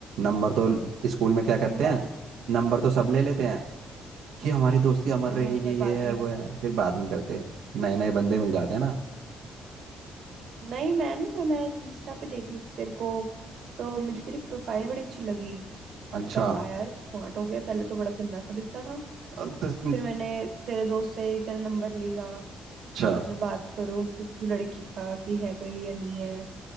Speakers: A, on the right; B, on the right.
A: नंबर तो स्कूल में क्या करते
B: नंबर
A: हैं नंबर तो सब ले लेते हैं कि हमारी दोस्ती अमर
B: हाँ
A: रहेगी
B: पर
A: ये
B: बात
A: है
B: नहीं
A: वो
B: करते
A: है फिर बात नहीं करते नए नए बंदे मिल जाते हैं ना
B: नहीं मैं ना तो मैं इंस्टा पे देख रही थी तेरे को तो मुझे तेरी प्रोफाइल बड़ी अच्छी लगी
A: अच्छा
B: इनका वाह यार तू स्मार्ट हो गया पहले तो बड़ा गंदा सा दिखता था
A: अब तो-
B: फिर मैंने तेरे दोस्त से ही तेरा नंबर लिया तो
A: अच्छा
B: तुझसे बात करूं पूछूं लड़की का कि है कोई या नहीं है